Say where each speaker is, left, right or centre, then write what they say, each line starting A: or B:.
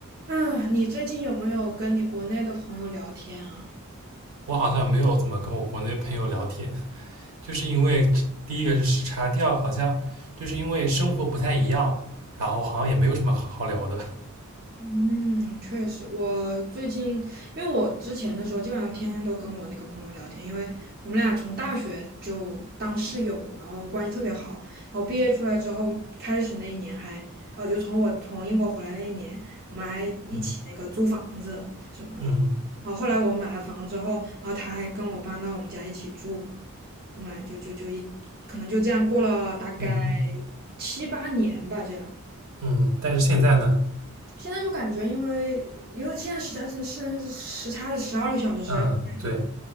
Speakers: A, on the right; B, on the right.
A: 啊，你最近有没有跟你国内的朋友聊天啊？
B: 我好像没有怎么跟我国内朋友聊天，就是因为第一个是时差，第二好像就是因为生活不太一样，然后好像也没有什么好聊的。
A: 嗯，确实，我最近因为我之前的时候，基本上天天都跟我那个朋友聊天，因为我们俩从大学就当室友，然后关系特别好。然后毕业出来之后，开始那一年还，哦，就从我从英国回来那一年，我们还一起那个租房子什么的。
B: 嗯 <laughs> 嗯
A: 然后后来我买了房之后，然后他还跟我搬到我们家一起住，我们俩就就就一可能就这样过了大概
B: 嗯
A: 七八年吧，这样。
B: 嗯嗯但是现在呢，
A: 现在就感觉，因为因为现在时差真的是时差是十二个小时实在是太多，
B: 嗯，对，